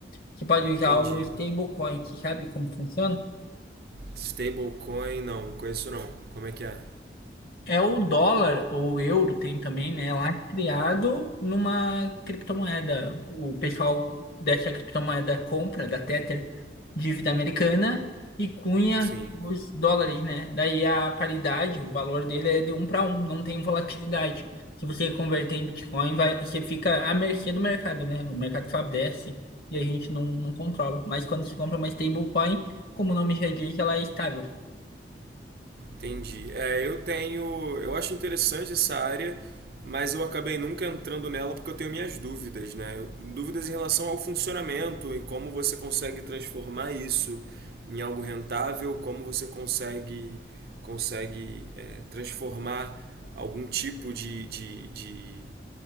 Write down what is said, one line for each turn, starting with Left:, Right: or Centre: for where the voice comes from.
Left: Você pode usar
Right: entendi.
Left: o stablecoin, você sabe como funciona?
Right: Stablecoin, não, não conheço não. Como é que é?
Left: É o dólar ou o euro tem também, né? Lastreado numa criptomoeda. O pessoal dessa criptomoeda compra da Tether dívida americana e cunha
Right: Sim,
Left: os dólares, né? Daí a paridade, o valor dele é de um para um, não tem volatilidade. Se você converter em Bitcoin, vai, você fica à mercê do mercado, né? O mercado sobe, desce e a gente não, não controla. Mas quando se compra uma stablecoin, como o nome já diz, ela é estável.
Right: entendi. É, eu tenho, eu acho interessante essa área, mas eu acabei nunca entrando nela porque eu tenho minhas dúvidas, né? Eu- Dúvidas em relação ao funcionamento, em como você consegue transformar isso em algo rentável, como você consegue consegue é, transformar algum tipo de, de, de,